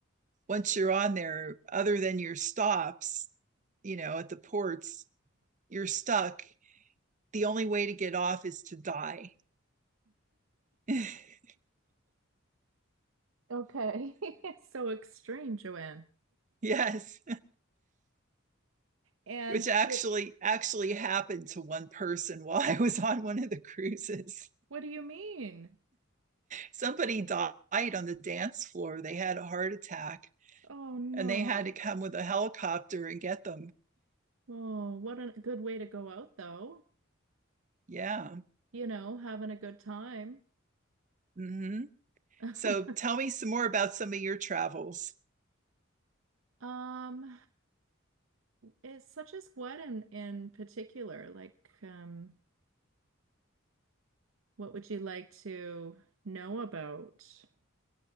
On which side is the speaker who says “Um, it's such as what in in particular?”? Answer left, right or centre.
Right